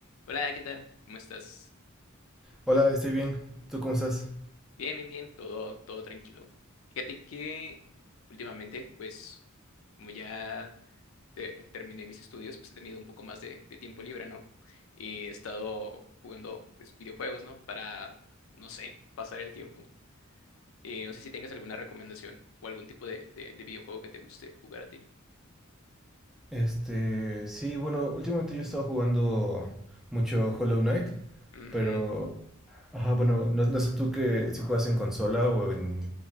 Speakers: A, on the left; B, in the centre.
A: Hola, ¿qué tal? ¿Cómo estás?
B: Hola, estoy bien. ¿Tú cómo estás?
A: Bien, bien, bien, todo, todo tranquilo. Fíjate que últimamente, pues, como ya te- terminé mis estudios, pues he tenido un poco más de, de tiempo libre, ¿no? Y he estado jugando, pues, videojuegos, ¿no? Para, no sé, pasar el tiempo. Eh, no sé si tengas alguna recomendación o algún tipo de, de, de videojuego que te guste jugar a ti.
B: Este, sí, bueno, últimamente yo he estado jugando mucho Hollow Knight,
A: Mm,
B: pero, ajá, bueno, no, no sé tú que si juegas en consola o en